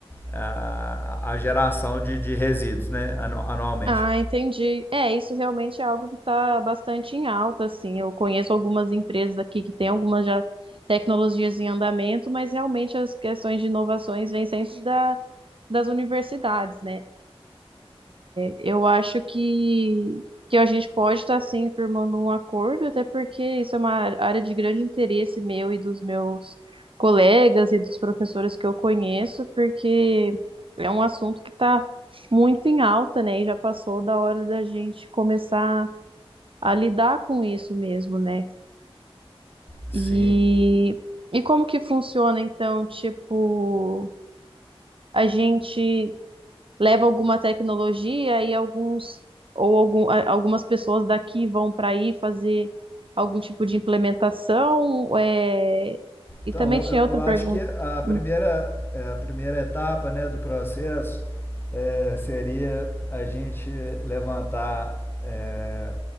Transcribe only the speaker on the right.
Ah, entendi. É, isso realmente é algo que está bastante em alta, assim. Eu conheço algumas empresas aqui que têm algumas já tecnologias em andamento, mas realmente as questões de inovações vêm sempre da, das universidades, né? Eu acho que, que a gente pode estar sim firmando um acordo, até porque isso é uma área de grande interesse meu e dos meus colegas e dos professores que eu conheço, porque é um assunto que está muito em alta, né? E já passou da hora da gente começar a lidar com isso mesmo, né?
E, e como que funciona, então, tipo, a gente. leva alguma tecnologia e alguns ou algum, a- algumas pessoas daqui vão para aí fazer algum tipo de implementação. é, E
também
tinha outra
pergunta.
Hum,